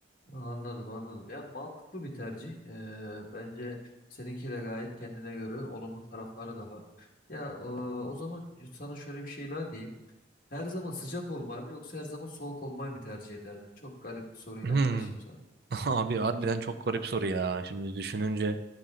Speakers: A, on the left; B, on the right.
A: Anladım, anladım. Yani mantıklı bir tercih. E, bence seninki de gayet kendine göre olumlu tarafları da var. Ya e, o zaman sana şöyle bir şey daha diyeyim. Her zaman sıcak olmayı mı yoksa her zaman soğuk olmayı mı tercih ederdin? Çok garip bir soruyla
B: Hmm.
A: yaklaşayım sana.
B: <laughs> Abi harbiden çok garip soru ya. Şimdi düşününce